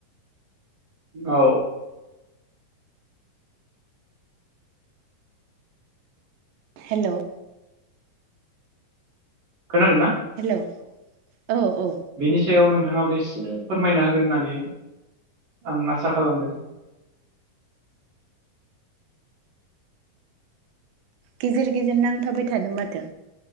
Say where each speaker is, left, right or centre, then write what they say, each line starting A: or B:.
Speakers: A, on the right; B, on the right.
A: औ।
B: हेल'।
A: खोनादों ना
B: हेल' औ औ।
A: बेनि सायाव नोंथाङाबो एसे फोरमायना होगोन होननानै आं आसा खालामदों
B: गेजेर गेजेर नांथाबाय थादों माथो।